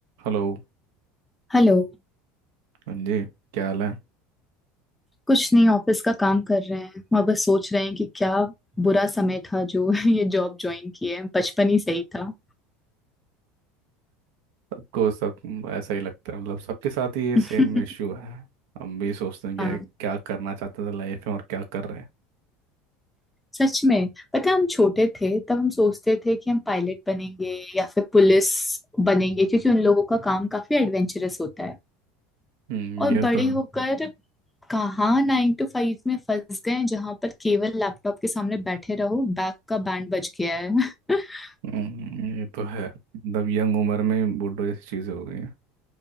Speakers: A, on the right; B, in the centre.
A: Hello
B: Hello
A: हाँ जी क्या हाल है
B: कुछ नहीं office का काम कर रहे हैं और बस सोच रहे हैं कि क्या बुरा समय था जो <laughs> ये जॉब ज्वाइन किए बचपन ही सही था
A: सबको सब ऐसा ही लगता है मतलब सबके साथ ही ये
B: <laughs>
A: सेम इश्यू है हम भी सोचते हैं क्या
B: हाँ
A: क्या करना चाहते थे लाइफ में और क्या कर रहे हैं
B: सच में पता है, हम छोटे थे तब हम सोचते थे कि हम पायलट बनेंगे या फिर पुलिस बनेंगे क्योंकि उन लोगों का काम काफी एडवेंचरस होता है
A: हम्म,
B: और
A: ये
B: बड़े
A: तो
B: होकर कहाँ नाइन टू फाइव में फंस गए जहां पर केवल लैपटॉप के सामने बैठे रहो बैक का बैंड बज गया है <laughs>
A: हम्म, ये तो है मतलब यंग उम्र में बूढ़ों जैसी चीज़ें हो गई हैं